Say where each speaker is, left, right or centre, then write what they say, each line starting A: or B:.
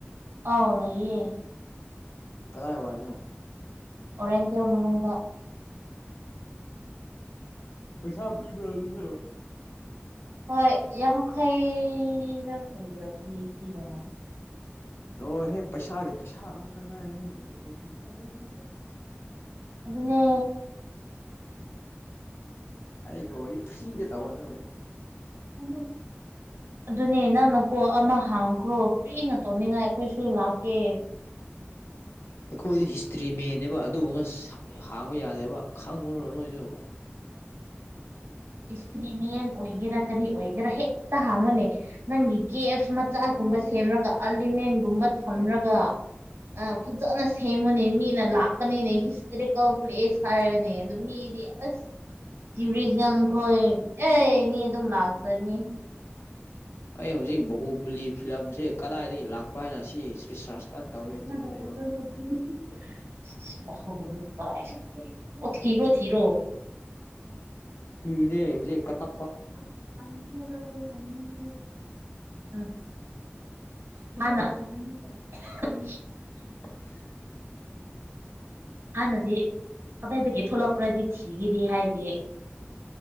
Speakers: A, on the right (about 80°); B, on the left (about 70°).
A: ꯑꯥꯎ ꯂꯩꯌꯦ
B: ꯀꯗꯥꯏ ꯋꯥ ꯍꯥꯏꯅꯣ
A: ꯑꯣꯔꯦꯟꯟꯗꯤꯌꯥ ꯃꯅꯨꯡꯗ ꯃꯅꯨꯡꯗꯗ
B: ꯄꯩꯁꯥ ꯄꯤꯕ ꯑꯗꯨꯁꯨ
A: ꯍꯣꯏ ꯌꯥꯈꯩꯩꯅ ꯀꯕꯤꯔꯣ ꯌꯦ ꯄꯕ
B: ꯂꯣꯏꯔꯦ ꯄꯩꯁꯥꯒꯤ ꯄꯩꯁꯥ ꯉꯥꯛꯇ ꯉꯥꯏꯅꯦꯦ ꯃꯅꯤꯄꯨꯔꯁꯨ
A: <unintelligible> ꯑꯗꯨꯅꯦ
B: ꯑꯩꯒ ꯋꯥꯔꯤ ꯐ꯭ꯔꯤꯗ ꯇꯧꯍꯟꯂꯩꯔꯦ
A: ꯍ
B: ꯎ
A: ꯑꯗꯨꯅꯦ ꯅꯪꯅꯀꯣ ꯑꯃ ꯍꯥꯡꯈ꯭ꯔꯣ ꯐꯤꯅ ꯇꯧꯅꯤꯡꯉꯥꯏ ꯑꯩꯈꯣꯏꯁꯨ ꯂꯥꯛꯀꯦ
B: ꯑꯩꯈꯣꯏꯗꯤ ꯍꯤꯁꯇ꯭ꯔꯤ ꯃꯦꯟꯅꯦꯕ ꯑꯗꯨꯕꯨ ꯑꯁ ꯍꯥꯡꯕ ꯌꯥꯗꯦꯕ ꯈꯪꯉꯨꯔꯣ ꯅꯣꯏꯁꯨ <unintelligible>
A: ꯏꯁꯇ꯭ꯔꯤꯃꯦꯟ ꯑꯣꯏꯒꯦꯔꯥ ꯀꯔꯤ ꯑꯣꯏꯒꯦꯔꯥ ꯍꯦꯛꯇ ꯍꯥꯡꯉꯣꯅꯦ ꯅꯪꯒꯤ ꯀꯦꯞ ꯃꯆꯥꯒꯨꯝꯕ ꯁꯦꯝꯃꯒ ꯑꯔꯂꯤꯃꯦꯟꯒꯨꯝꯕ ꯊꯝꯂꯒ ꯑ ꯐꯖꯅ ꯁꯦꯝꯃꯣꯅꯦ ꯃꯤ ꯅ ꯂꯥꯛꯀꯅꯤꯅꯦ ꯍꯤꯁꯇꯣꯔꯤꯀꯦꯜ ꯄ꯭ꯂꯦꯁ ꯍꯥꯏꯔꯅꯦ ꯑꯗꯨ ꯃꯤꯗꯤ ꯑꯁ ꯇ꯭ꯔꯤꯖꯝ ꯈꯣꯏ ꯑꯦ ꯃꯤ ꯑꯗꯨꯝ ꯂꯥꯛꯁꯅꯤ
B: ꯑꯩ ꯍꯧꯖꯤꯛ ꯕꯥꯥꯍꯨꯕꯂꯤ ꯐꯤꯂꯝꯁꯦ ꯀꯗꯥꯏꯗꯒꯤ ꯂꯥꯛꯄ ꯍꯥꯏꯅ ꯁꯤ ꯔꯤꯁꯥꯔꯁ ꯀꯟꯅ ꯇꯧꯔꯦ
A: ꯌꯥꯝꯔꯕꯔ
B: ꯇꯨꯃꯤꯟ ꯂꯩꯌꯣ
A: ꯑꯣꯏ ꯏꯁ ꯏꯁ ꯃꯍꯥꯎꯗ ꯃꯤ ꯐꯨꯕ ꯂꯥꯛꯑꯦ ꯑꯣ ꯊꯤꯔꯣ ꯊꯤꯔꯣ
B: ꯀꯅꯦ ꯍꯧꯖꯤꯦ ꯀꯇ
A: ꯦ ꯎ ꯍꯥꯟꯅ ꯑꯍ
B: <unintelligible>
A: ꯍꯥꯟꯅꯗꯤ ꯀꯗꯥꯏꯗꯒꯤ ꯊꯣꯛꯂꯛꯄ꯭ꯔꯗꯤ ꯊꯤꯒꯦꯗꯤ ꯍꯥꯏꯗꯤꯦ